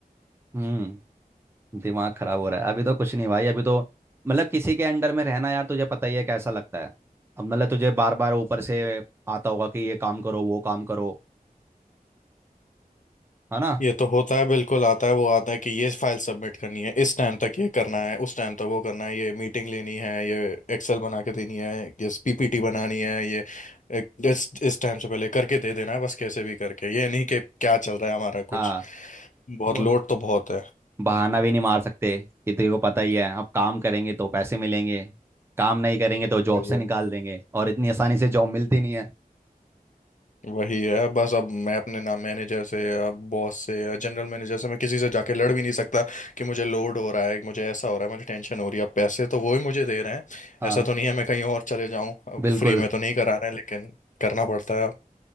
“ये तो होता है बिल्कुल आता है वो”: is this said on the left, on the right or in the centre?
Left